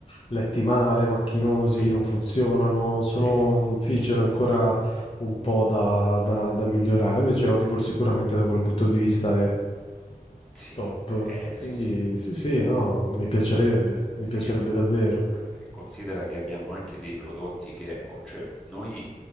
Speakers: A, on the left; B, in the centre.
A: letti male, macchinosi,
B: sì,
A: non funzionano, sono
B: sì,
A: un feature ancora un po' da, da- da migliorare. Invece Audible sicuramente da quel punto di vista è
B: sì,
A: top.
B: eh, sì,
A: Quindi
B: sì,
A: sì,
B: sì.
A: sì, no, mi piacerebbe, mi piacerebbe
B: Sì, eh,
A: davvero.
B: eh, considera che abbiamo anche dei prodotti che oh, cioè, noi